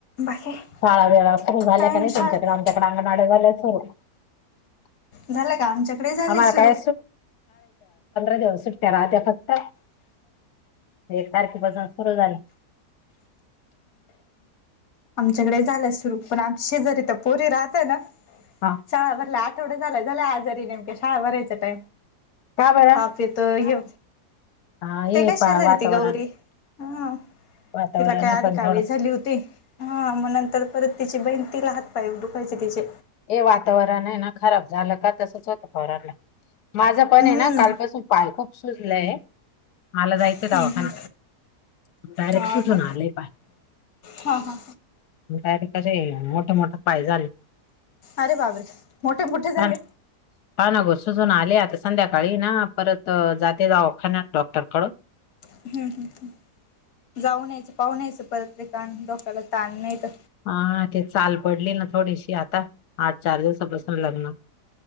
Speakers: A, on the left; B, on the left.
A: बाकी
B: शाळा वेळा सुरू
A: काय
B: झाल्या का नाही
A: शाळेत
B: तुमच्याकडे आमच्याकडे अंगणवाड्या झाल्या सुरू <unintelligible>
A: झालं का आमच्याकडे झाली
B: पंधरा
A: सुरू
B: दिवस सुट्ट्या राहत्या फक्त एक तारखेपासून सुरू झाले
A: आमच्याकडे झालंय सुरू पण आमच्या शेजारी तर पोरी राहत ना
B: हा
A: शाळा भरला आठवडा झाल्या झाल्या आजारी नेमक्या शाळा भरायचा टाइम
B: का बरं
A: ताप येतो हे
B: हा हे
A: ते कश
B: पा
A: झाली
B: वातावरण
A: ती गौरी हा
B: वातावरण
A: तिला काय
B: आहे
A: अधिक
B: पण
A: काविळ
B: थोडस
A: झाली होती हा मग नंतर परत तिची बहीण तिला हात पाय दुखायचे तिचे
B: हे वातावरण आहे ना खराब झालं का तसच होतं पोरांना माझं पण
A: हम्म
B: आहे ना कालपासून पाय खूप सुजलंय मला जायचंय
A: हम्म
B: दवाखा नाही
A: हम्म
B: डायरेक्ट
A: हा
B: सुचून
A: का
B: आलेय पा
A: हा हा
B: तर कसे मोठ मोठे पाय झाले
A: अरे बाबरे मोठे मोठे झाले
B: ह हा ना गोसजून आले आता संध्याकाळी ना परत जाते जाऊखाान डॉक्टरकड
A: हम् ह जाऊ न्यायचं पाहून यायचं परत्रकाण डोक्याला ताण नाही तर
B: हाा ते चाल पडली ना थोडीशी आता आठ चार दिवसापासून लग्न